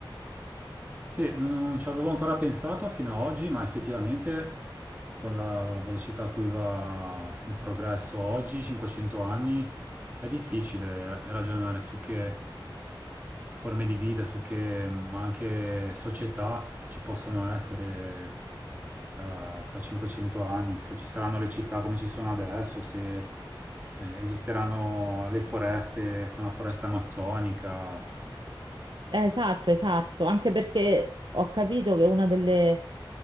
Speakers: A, on the right; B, on the right.
A: Sì, non, non ci avevo ancora pensato fino ad oggi, ma effettivamente con la velocità a cui va il progresso oggi, 500 anni, è difficile ragionare su che forme di vita, su che ma anche società ci possono essere tra, tra 500 anni, se ci saranno le città come ci sono adesso, se eh, esisteranno le foreste come la foresta amazzonica.
B: Eh, Esatto, esatto, anche perché ho capito che una delle,